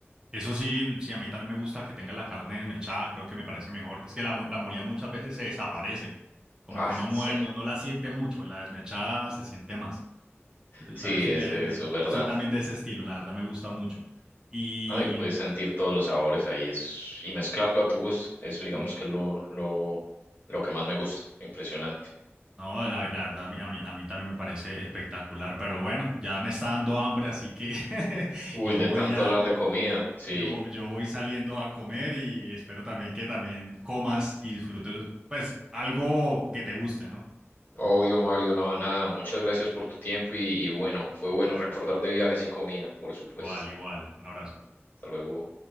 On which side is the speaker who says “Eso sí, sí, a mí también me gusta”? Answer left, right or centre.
Right